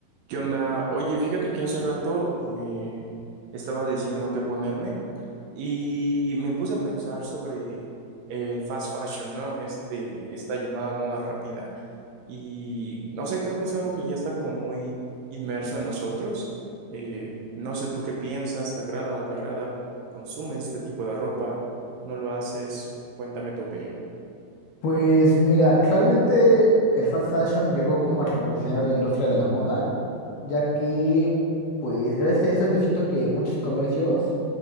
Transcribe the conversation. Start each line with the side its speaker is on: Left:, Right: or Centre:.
Right: ¿Qué onda? Oye, fíjate que hace rato me estaba diciendo qué ponerme y me puse a pensar sobre el fast fashion, ¿no? Este, esta llamada moda rápida. Y no sé, creo que es algo que ya está como muy inmerso en nosotros. Eh, no sé tú qué piensas, ¿te agrada, no te agrada? ¿Consumes este tipo de ropa? ¿No lo haces? Cuéntame tu opinión.
Left: Pues mira, realmente el fast fashion llegó como a revolucionar la industria de la moda, ya que pues gracias a eso yo siento que muchos comercios